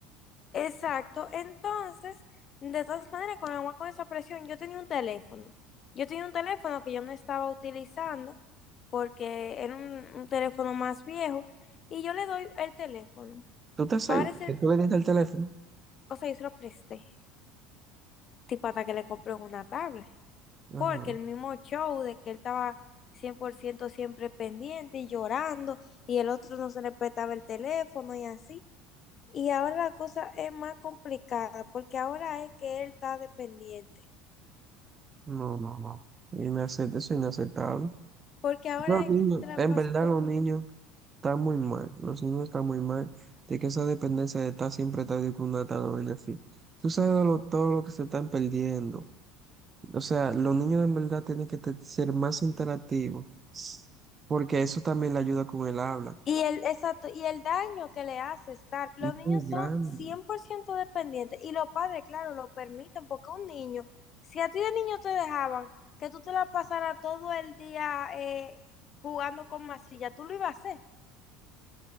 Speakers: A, on the left (about 35°); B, on the right (about 25°).
A: Exacto. Entonces, de todas maneras, con agua con esa presión, yo tenía un teléfono. Yo tenía un teléfono que yo no estaba utilizando porque era un, un teléfono más viejo y yo le doy el teléfono.
B: ¿Tú te seguro
A: Parece,
B: que tú le diste el teléfono?
A: o sea, yo se lo presté, tipo hasta que le compré una tablet,
B: Ajá.
A: porque el mismo show de que él estaba 100% siempre pendiente y llorando y el otro no se le prestaba el teléfono y así. Y ahora la cosa es más complicada porque ahora es que él está dependiente.
B: No, no, no. Inace- eso es inaceptable.
A: Porque ahora
B: Los
A: es
B: niños,
A: que se la
B: en
A: pasa
B: verdad,
A: con-
B: los niños. Está muy mal, los niños están muy mal, de que esa dependencia de estar siempre tarde con una tal vaina así. Tú sabes lo- todo lo que se están perdiendo. O sea, los niños en verdad tienen que te- ser más interactivos, porque eso también le ayuda con el habla.
A: Y el, exacto, y el daño que le hace estar, los
B: Muy
A: niños
B: grande.
A: son 100% dependientes y los padres, claro, lo permiten porque un niño, si a ti de niño te dejaban que tú te la pasaras todo el día eh, jugando con masilla, tú lo ibas a hacer